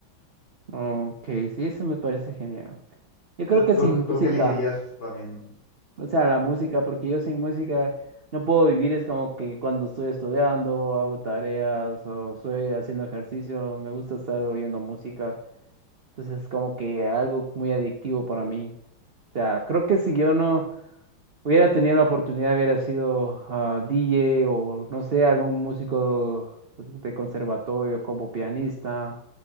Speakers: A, on the right (about 80°); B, on the left (about 70°).
A: Ok, sí, eso me parece genial. Yo creo
B: ¿Tú,
A: que
B: tú,
A: sin
B: tú
A: música,
B: qué elegirías también?
A: o sea, la música, porque yo sin música no puedo vivir, es como que cuando estoy estudiando, hago tareas o estoy haciendo ejercicio, me gusta estar oyendo música, entonces es como que algo muy adictivo para mí. O sea, creo que si yo no... hubiera tenido la oportunidad, hubiera sido ah, DJ o no sé, algún músico de conservatorio como pianista.